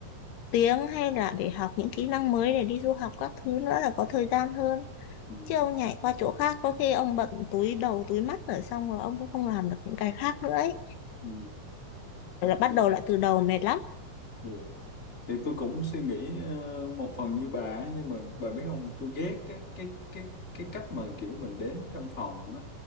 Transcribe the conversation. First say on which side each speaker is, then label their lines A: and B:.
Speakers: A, on the left (about 85°); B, on the left (about 20°).
A: tiếng hay là để học những kỹ năng mới để đi du học các thứ nữa là có thời gian hơn
B: Ừ.
A: chứ ông nhảy qua chỗ khác có khi ông bận túi đầu túi mắt rồi xong rồi ông cũng không làm được những cái khác nữa ấy
B: Ừ.
A: là bắt
B: Thế
A: đầu lại từ đầu mệt lắm
B: thì thì tôi cũng suy nghĩ ờ, một phần như bà ấy, nhưng mà bà biết không tôi ghét cái cái cái cái cách mà kiểu mình đến trong phòng á